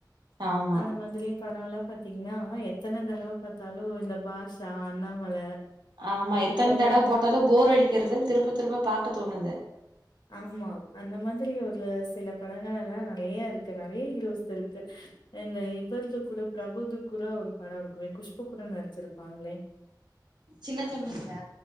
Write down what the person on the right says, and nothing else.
ஆமா
ஆமா எத்தன
தடவ போட்டாலு போர் அடிக்கிறதுன்னு திரும்ப திரும்ப பாக்க தோணுது
சின்னத்தம்பிங்களா